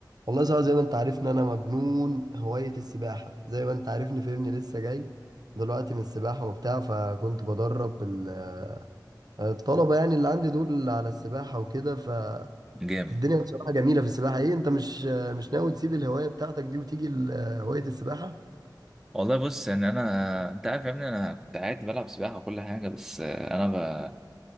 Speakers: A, on the right; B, in the centre.
A: والله صعب زي ما انت عارفني انا مجنون هواية السباحة زي ما انت عارفني فاهمني لسه جاي دلوقتي من السباحة وبتاع فكنت بدرب ال- آه، الطلبة يعني اللي عندي دول على السباحة وكده فالدنيا
B: جامد
A: بصراحة جميلة في السباحة ايه انت مش آه، مش ناوي تسيب الهواية بتاعتك دي وتيجي ل- آه، هواية السباحة
B: والله بص ان انا انت عارف يا ابني انا كنت عادي بلعب سباحه وكل حاجه بس انا ب...